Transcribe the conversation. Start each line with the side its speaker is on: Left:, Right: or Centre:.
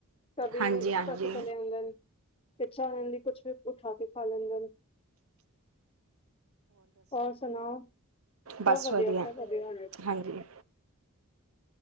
Left: ਕਬੀ
Right: ਹਾਂਜੀ
Left: ਇਸ
Right: ਹਾਂਜੀ
Left: ਪਾਸੇ ਚਲੇ, ਆਂਦੇ ਨ ਇਛਾ ਹੂੰਦੀ ਕੁਛ ਵੀ ਉਠਾ ਕੇ ਖਾ ਲੈਂਦੇ ਹੋਰ ਸੁਨਾੳ
Right: ਬਸ
Left: ਸਭ ਵਦੀਆ
Right: ਵਧੀਆ
Left: ਸਭ ਵਦੀਆ
Right: ਹਾਂਜੀ